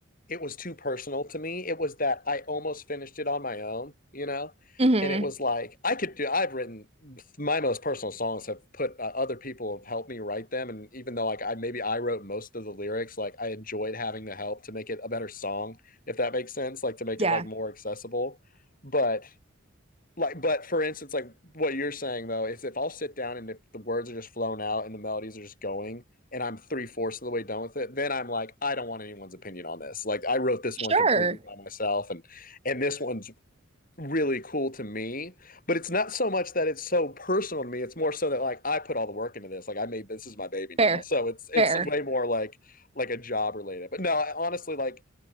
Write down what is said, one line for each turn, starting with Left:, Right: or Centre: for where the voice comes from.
Left: it was too personal to me. It was that I almost finished it on my own, you know?
Right: hmm
Left: And it was like I could do, I've written my most personal songs have put uh, other people have helped me write them. And even though like I maybe I wrote most of the lyrics, like I enjoyed having the help to make it a better song, if that makes sense, like to make
Right: Yeah.
Left: it like more accessible. But like but for instance like what you're saying though is if i'll sit down and if the words are just flown out and the melodies are just going and i'm three-fourths of the way done with it then i'm like i don't want anyone's opinion on this like i wrote this
Right: Sure.
Left: one completely by myself and and this one's really cool to me but it's not so much that it's so personal to me it's more so that like i put all the work into this like i made this is my baby now
Right: Fair.
Left: so it's it's
Right: Fair.
Left: way more like like a job related but no I, honestly like